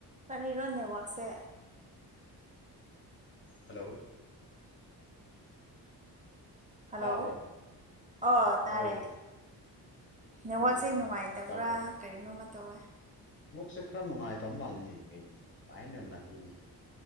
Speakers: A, on the right (about 20°); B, on the left (about 30°).
A: ꯀꯔꯤꯔꯣ ꯅꯦꯠꯋꯥꯛꯁꯦ
B: hello
A: hello
B: ꯇꯥꯕ꯭ꯔꯣ
A: ꯑꯣ ꯇꯥꯔꯦ
B: ꯑꯧ
A: ꯅꯦꯠꯋꯥꯛꯁꯦ
B: ꯑꯣ
A: ꯅꯨꯡꯉꯥꯏꯇꯕ꯭ꯔꯥ
B: ꯇꯥꯔꯦ
A: ꯀꯔꯤꯅꯣ ꯑꯃ ꯇꯧꯋꯦ
B: ꯁꯦ ꯈꯔ ꯅꯨꯡꯉꯥꯏꯇꯕ ꯃꯥꯜꯂꯤꯅꯦ ꯀꯩꯅꯣ ꯑꯩꯅ ꯅꯠꯇꯦꯅꯤ